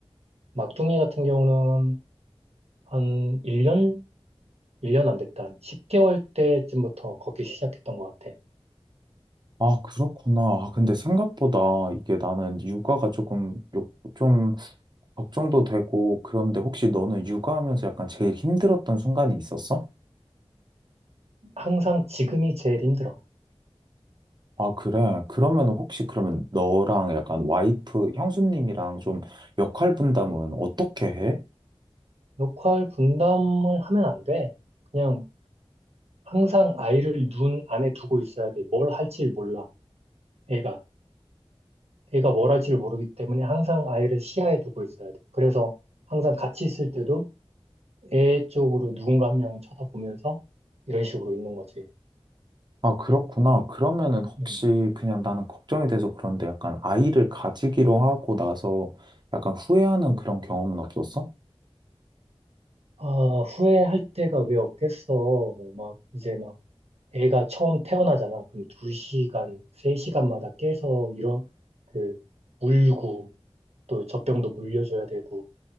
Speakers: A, on the right; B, on the right.
A: 막둥이 같은 경우는 한 1년? 1년 안 됐다. 한 10개월 때쯤부터 걷기 시작했던 것 같아.
B: 아, 그렇구나. 아, 근데 생각보다 이게 나는 육아가 조금, 요- 좀 걱정도 되고, 그런데 혹시 너는 육아하면서 약간 제일 힘들었던 순간이 있었어?
A: 항상 지금이 제일 힘들어.
B: 아, 그래. 그러면 혹시 그러면 너랑 약간 와이프, 형수님이랑 좀 역할 분담은 어떻게 해?
A: 역할 분담을 하면 안 돼. 그냥 항상 아이를 눈 안에 두고 있어야 돼. 뭘 할지 몰라, 애가. 애가 뭘 할지를 모르기 때문에 항상 아이를 시야에 두고 있어야 돼. 그래서 항상 같이 있을 때도 애 쪽으로 누군가 한 명 쳐다보면서 이런 식으로 있는 거지.
B: 아, 그렇구나. 그러면은 혹시
A: 음.
B: 그냥 나는 걱정이 돼서 그런데 약간 아이를 가지기로 하고 나서 약간 후회하는 그런 경험은 없었어?
A: 아, 후회할 때가 왜 없겠어. 막 이제 막 애가 처음 태어나잖아. 그럼 두시간세시간마다 깨서 이런 그 울고 또 젖병도 물려줘야 되고